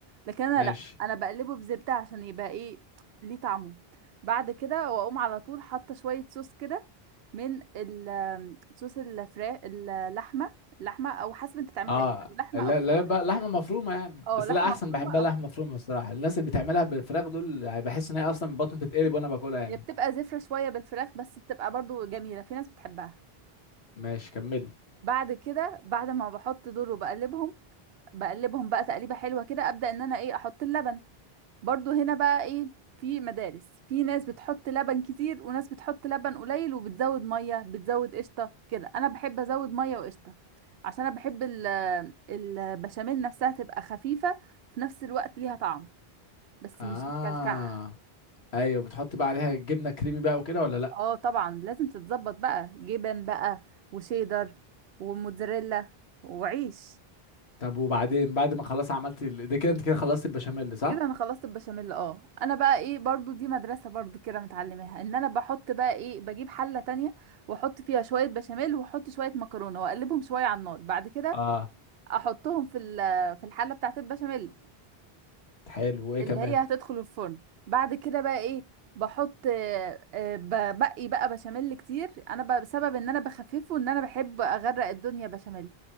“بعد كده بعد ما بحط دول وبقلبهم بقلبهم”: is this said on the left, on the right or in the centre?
Right